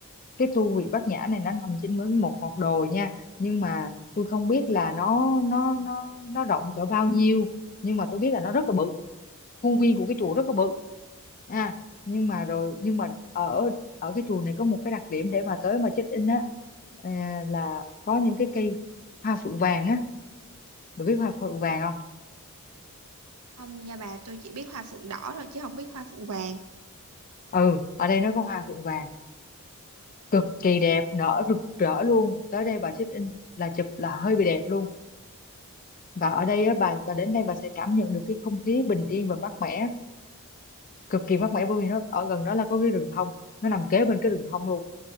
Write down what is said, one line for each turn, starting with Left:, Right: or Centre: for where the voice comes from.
Left: cái tu viện Bát Nhã này nó nằm trên mới một ngọn đồi nha nhưng mà tôi không biết là nó nó nó nó rộng cỡ bao nhiêu nhưng mà tôi biết là nó rất là bự khuôn viên của cái chùa rất là bự à nhưng mà rồi nhưng mà ở ở cái chùa này có một cái đặc điểm để mà tới mà check in á à, là có những cái cây hoa phượng vàng á Bà biết hoa phượng vàng không
Right: Không nha bà, tôi chỉ biết hoa phượng đỏ thôi chứ không biết hoa phượng vàng.
Left: ừ ở đây nó có hoa phượng vàng cực kỳ đẹp nở rực rỡ luôn tới đây bà check in là chụp là hơi bị đẹp luôn và ở đây á, bà bà đến đây bà sẽ cảm nhận được cái không khí bình yên và mát mẻ cực kỳ mát mẻ bởi vì nó ở gần đó là có cái rừng thông nó nằm kế bên cái rừng thông luôn